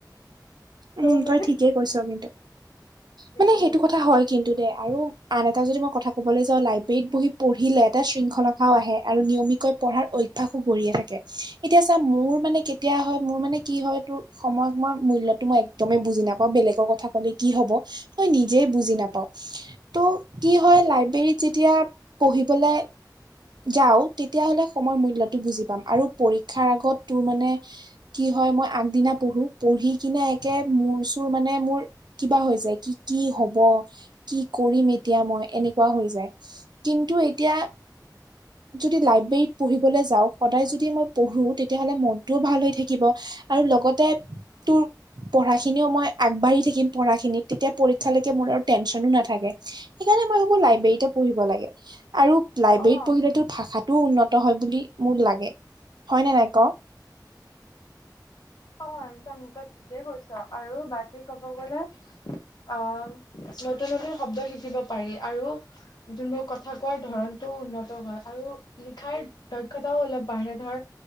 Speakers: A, on the right; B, on the left.
A: উম,
B: ত'
A: তই
B: মানে
A: ঠিকেই কৈছ কিন্তু
B: এইটোৱে
A: মানে সেইটো
B: এইটো
A: কথা হয়। কিন্তু দে, আৰু আন এটা যদি মই কথা কবলৈ যাওঁ লাইব্ৰেৰীত বহি পঢ়িলে এটা শৃংখলাখাও আহে আৰু নিয়মিত কৈ পঢ়াৰ অভ্যাসো গঢ়ি থাকে, এতিয়া চা মোৰ মানে কেতিয়া হয় মোৰ মানে কি হয় তোৰ সময়ত মই, মূল্যটো মই এক একদমে বুজি নাপাও, বেলেগৰ কথা কলে কি হব তই নিজে বুজি নাপাওঁ। ত' কি হয়, লাইব্ৰেৰীত যেতিয়া পঢ়িবলে যাওঁ, তেতিয়া হ'লে সময়ৰ মূল্যটো বুজি পাম, আৰু পৰীক্ষাৰ আগত তোৰ মানে কি হয়, মই আগদিনা পঢ়ো। পঢ়ি কিনে কে মোৰ-চোৰ মানে মোৰ কিবা হৈ যায়। কি কি হব কি কৰিম এতিয়া মই, এনেকুৱা হৈ যায়, কিন্তু এতিয়া যদি লাইব্ৰেৰীত পঢ়িবলৈ যাওঁ সদায় যদি মই পঢ়ো, তেতিয়া হ'লে মনটোও ভাল হৈ থাকিব। আৰু লগতে তোৰ পঢ়াখিনিও মই আগবাঢ়ি থাকিম পঢ়াখিনিত, তেতিয়া পৰীক্ষালৈকে মোৰ আৰু টেনশ্যনো নাথাকে। সেইকাৰণে মই ভাবো লাইব্ৰেৰীতে পঢ়িব লাগে। আৰু লাইব্ৰেৰীত
B: অ'
A: পঢ়িলতো ভাষাটোও উন্নত হয় বুলি মোৰ লাগে। হয়নে নাই ক?
B: অ', একদম তই ঠিকেই কৈছ, আৰু বাকী কব গলে অ'। নতুন, নতুন শব্দ শিকিব পাৰি আৰু যোনবোৰ কথা কোৱাৰ ধৰণটো উন্নত হয়, আৰু লিখাৰ দক্ষতাও অলপ বাঢ়ে ধৰ